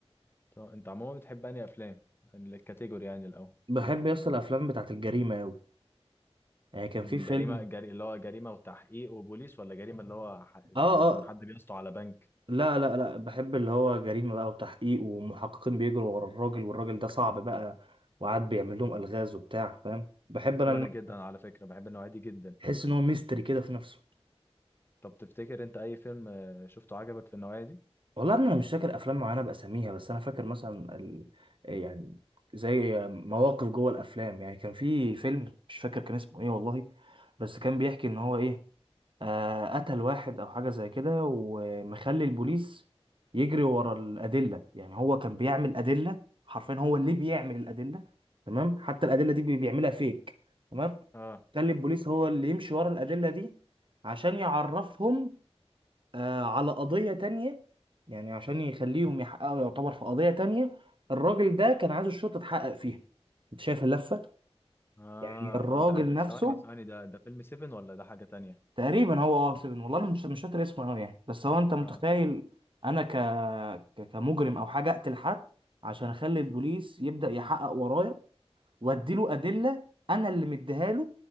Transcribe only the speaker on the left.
طب انت عموما بتحب انهي افلام الكاتيجوري يعني الاول
الجريمه
الجري... اللي هو جريمه وتحقيق وبوليس ولا جريمه اللي <laughs> هو ح...
مثلا
حد بيسطو على بنك
وانا
جدا على فكره بحب النوعيه دي جدا
طب تفتكر انت اي فيلم آه، شفته عجبك في النوعية دي
اه
اه
ده
ثواني ثواني ده ده فيلم سيفن ولا ده حاجة تانية
لا